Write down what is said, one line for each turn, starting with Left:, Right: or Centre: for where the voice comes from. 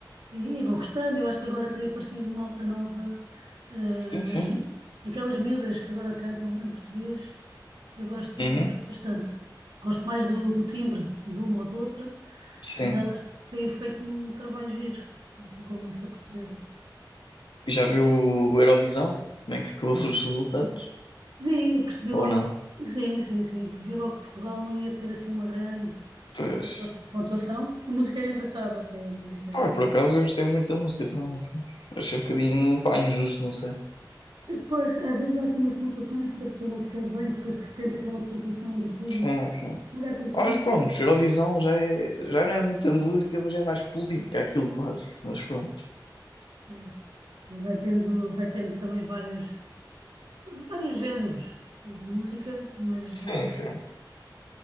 Right: e, e vou gostando, eu acho que agora tem aparecido uma alta nova, eh,
Left: Sim, sim.
Right: as- aquelas miúdas que agora cantam em português, eu gosto,
Left: Uhum,
Right: gosto bastante, gosto mais do, do timbre de uma ou de outra,
Left: sim.
Right: mas elas têm feito um trabalho giro aqui com a música portuguesa.
Left: Já viu o Eurovisão? Como é que ficou os resultados?
Right: Vi, percebi
Left: Ou
Right: logo,
Left: não?
Right: que- sim, sim, sim, vi logo que Portugal não ia ter assim uma grande
Left: Pois.
Right: pontua- pontuação. A música era engraçada até, a música era
Left: Ah,
Right: engraçada.
Left: por acaso eu gostei muito da música, então achei um bocadinho, pá, injusto, não sei.
Right: Pois, às vezes há assim umas pontuações que a pessoa não percebe bem, depois de repente aquela pontuação do público
Left: Sim, sim.
Right: muda aquilo tudo.
Left: Ah, mas pronto, Eurovisão já, é, já não é muita música, mas é mais política aquilo quase. Mas pronto.
Right: É. E vai tendo, vai tendo também vários, vários géneros de música, mas
Left: Sim,
Right: eh,
Left: sim.